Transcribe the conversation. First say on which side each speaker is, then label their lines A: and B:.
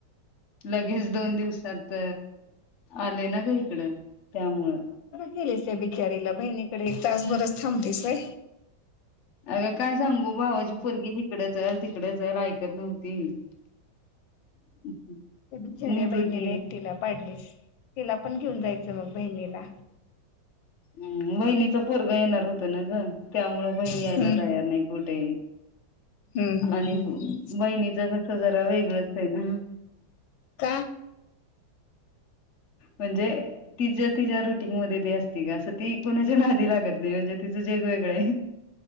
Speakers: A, on the left (about 45°); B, on the left (about 80°).
A: लगेच दोन दिवसात आले ना का इकड त्यामुळं
B: केलेस बिचारीला बहिणीकडे एक तास बरच थांबतेसय
A: अग काय सांगू भावाची पगी हिकडे ल तिकडे ल ऐकत नव्हती त
B: त्या बिचाऱ्या
A: नि
B: बहिणीला
A: दुध
B: एकटीला पाडलीस तिला पण घेऊन जायचं मग बहिणीला
A: हम् वहिनीचा पोरग येणार होत ना ग त्यामु बहिणी
B: हम्म
A: यायला तयार नाही कुठेही
B: हम्म हम्म
A: आणि
B: हम्म हम्
A: बहिणीच कस जरा वेगळंच आहे ना
B: का <inaudible>
A: म्हणजे ति ति रुटीन म अस का ती कोणाच्या लागत नाही म्हणजे त जे वेगळे